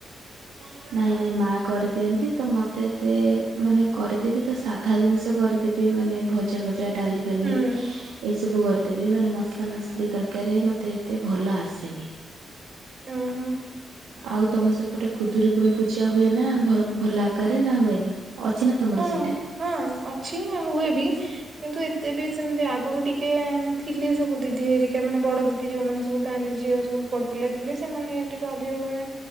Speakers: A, on the right (about 80°); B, on the right (about 50°).
A: <inaudible> ନାଇଁ ନାଇଁ ମା କରିଦିଅନ୍ତି ତ ମତେ ଏତେ ମାନେ କରିଦେବି ତ ସାଧା ଜିନିଷ କରିଦେବ ବି ମାନେ ଭଜା ଭଜା ଡାଲି ଫାଲି
B: ହୁଁ
A: ଏସବୁ କରି ଦେବେ ମାନେ ମସଲା ମସଲି ତରକାରୀ ମତେ ଏତେ ଭଲ ଆସେନି।
B: ଓହୋ।
A: ଆଉ ତମ ସେ ଗୋଟେ ଖୁଦୁୁରକୁୁଣି ପୂଜା ହୁଏ ନା ଭଲ ଆକାରରେ ନା ହୁଏନି ଅଛି ନା ତମର
B: ହଁ
A: ସେଇଟା?
B: ହଁ ଅଛି ଆଉ ହୁଏ ବି। କିନ୍ତୁ ଏତେ ବି ସେମିତି ଆଗୁରୁ ଟିକେ ଉଁ ଥିଲି ସବୁ ଦିଦି ହେରିକା ମାନେ ବଡ ଦିଦ ଦି ଯୋଉମାନେ ସବୁ ଗାଁରେ ଝିଅ ସବୁ ପଡ ପିଲା ଥିଲେ ସେମାନେ ଟିକେ ଅଧିକ ମାନେ